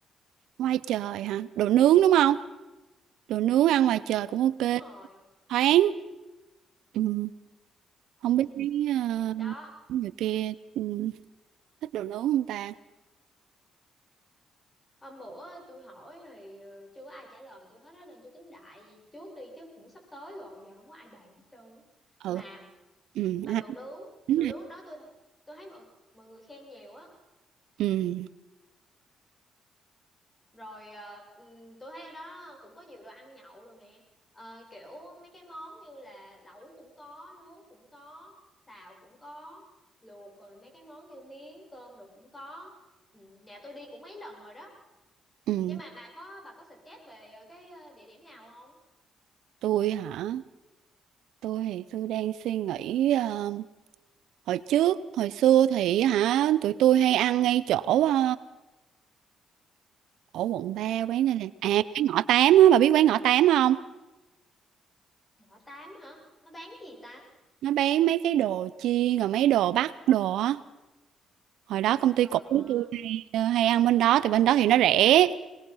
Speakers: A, on the right (about 80°); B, on the left (about 20°).
A: Ngoài trời hả? Đồ nướng đúng không? Đồ nướng ăn ngoài trời cũng ok.
B: đúng rồi
A: Thoáng. Ừ. Không
B: ừ
A: biết mấy ờ,
B: đó
A: người kia ừ, thích đồ nướng không ta?
B: hôm bữa tôi hỏi thì ờ, chưa có ai trả lời tôi hết á nên tôi tính đại trước đi chứ cũng sắp tới rồi giờ không có ai bàn hết trơn á. mà
A: Ừ. Ừ.
B: mà
A: ăn
B: đồ nướng
A: bánh
B: đồ
A: này.
B: nướng đó tôi tôi thấy mọi mọi người khen nhiều á
A: Ừ.
B: rồi ờ, ừm, tôi thấy ở đó cũng có nhiều đồ ăn nhậu rồi nè Ờ, kiểu mấy cái món như là lẩu cũng có nướng cũng có xào cũng có luộc rồi mấy cái món như miếng cơm đồ cũng có ừ, nhà tôi đi cũng mấy lần rồi đó
A: Ừ.
B: nhưng mà bà có bà có suggest về ờ, cái ờ, địa điểm nào không
A: Tôi hả? Tôi thì tôi đang suy nghĩ ờ, hồi trước, hồi xưa thì hả? Tụi tôi hay ăn ngay chỗ ờ, ở quận 3 quán này nè. À,
B: chỗ
A: quán
B: này
A: ngõ 8 á, bà biết quán ngõ 8 không?
B: ngõ tám hả nó bán gì ta
A: Nó bán mấy cái đồ chiên rồi mấy đồ bắc đồ á. hồi đó công ty
B: ờ
A: cũ của
B: ha
A: tôi hay, ờ, hay ăn bên đó thì bên đó thì nó rẻ